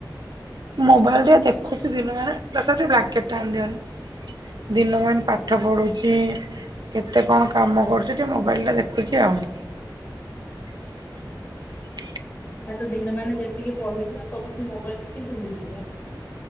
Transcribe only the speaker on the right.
ମୋବାଇଲରେ ଦେଖୁଚି ଦିନମାନେ ଦାସବାବୁ ଟିକେ ବ୍ଲାଙ୍କେଟଟା ଆଣି ଦିଅନି। ଦିନ ମାନ ପାଠ ପଢୁଛି। କେତେ କଣ କାମ କରୁଛି ଟିକେ ମୋବାଇଲଟା ଦେଖୁଛି ଆଉ। ହ